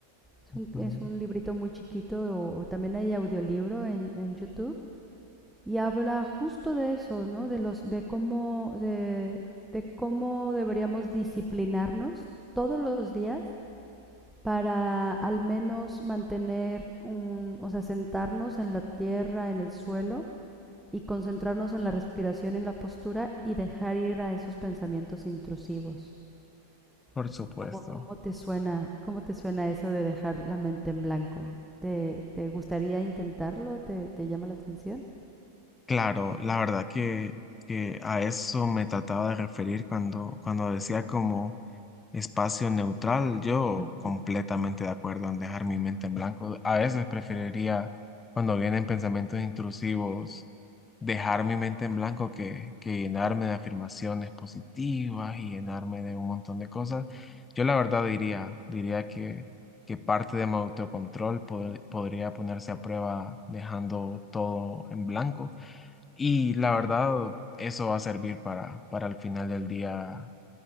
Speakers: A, in the centre; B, on the left.
A: Es
B: ujú,
A: un, es un librito muy chiquito o, o también hay audiolibro en, en YouTube y habla justo de eso, ¿no? De los, de cómo, de, de cómo deberíamos disciplinarnos todos los días para al menos mantener un, o sea, sentarnos en la tierra, en el suelo y concentrarnos en la respiración y la postura y dejar ir a esos pensamientos intrusivos.
B: Por
A: Así
B: supuesto.
A: como, ¿cómo te suena, cómo te suena eso de dejar la mente en blanco? ¿Te, te gustaría intentarlo? ¿Te, te llama la atención?
B: Claro, la verdad que, que a eso me trataba de referir cuando, cuando decía como... Espacio neutral, yo
A: Ujú.
B: completamente de acuerdo en dejar mi mente en blanco. A veces preferiría, cuando vienen pensamientos intrusivos, dejar mi mente en blanco que, que llenarme de afirmaciones positivas y llenarme de un montón de cosas. Yo la verdad diría, diría que, que parte de mi autocontrol pod- podría ponerse a prueba dejando todo en blanco. Y la verdad, eso va a servir para, para el final del día